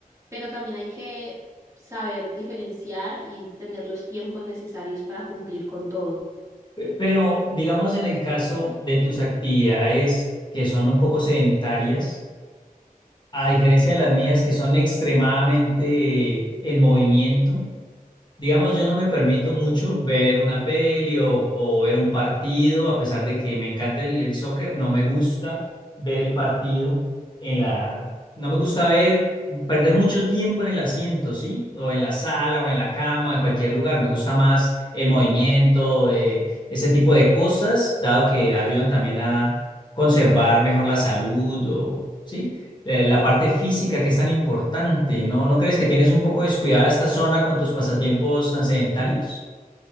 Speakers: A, on the right; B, on the left.
A: Pero también hay que saber diferenciar y tener los tiempos necesarios para cumplir con todo.
B: Pe- Pero digamos en el caso de tus actividades que son un poco sedentarias, a diferencia de las mías que son extremadamente en movimiento, Digamos, yo no me permito mucho ver una peli o, o ver un partido, a pesar de que me encanta el, el soccer, no me gusta ver el partido en la... No me gusta ver, perder mucho tiempo en el asiento, ¿sí? O en la sala, o en la cama, o en cualquier lugar. Me gusta más el movimiento, eh, ese tipo de cosas, dado que ayudan también a conservar mejor la salud, o, ¿sí? eh, la parte física que es tan importante, ¿no? ¿No crees que tienes un poco descuidada esta zona con tus pasatiempos tan sedentarios?